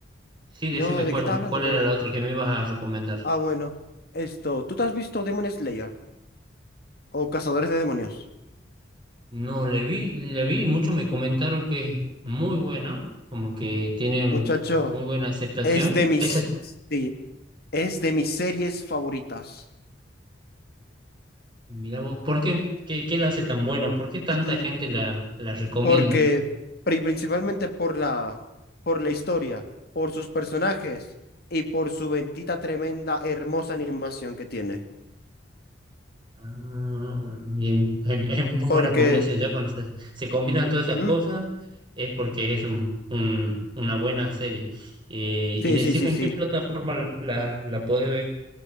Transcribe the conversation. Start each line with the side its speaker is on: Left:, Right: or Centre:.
Right: sí, decime
Left: No, no, ¿de
Right: cuál,
Left: qué estás hablando?
Right: cuál
Left: De...
Right: era la otra que me ibas a recomendar.
Left: Ah, bueno. Esto, ¿tú te has visto Demon Slayer o Cazadores de Demonios?
Right: No, le vi, la vi y muchos me comentaron que es muy buena, como que tiene
Left: Muchacho.
Right: muy buena aceptación.
Left: Es de mis,
Right: Esa es,
Left: sí, es de mis series favoritas.
Right: mira vos, ¿por qué? ¿Qué, qué la hace tan buena? ¿Por qué tanta
Left: <clears throat>
Right: gente la, la recomienda?
Left: Porque, pri- principalmente por la, por la historia, por sus personajes y por su bendita, tremenda, hermosa animación que tiene.
Right: Ah, bien, <laughs> es, es muy
Left: Porque,
Right: buena combinación. Ya cuando se, se combinan todas esas
Left: ¿Mm?
Right: cosas es porque es un, un- una buena serie. Eh,
Left: Sí,
Right: y decime
Left: sí, sí,
Right: en
Left: sí.
Right: qué plataforma la, la, la podés ver.